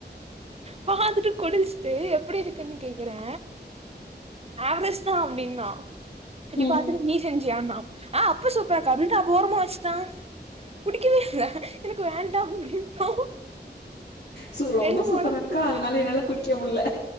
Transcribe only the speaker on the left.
ம்
சு ரொம்ப
சூப்பரா
இருக்கா அதனால என்னால குடிக்க முடில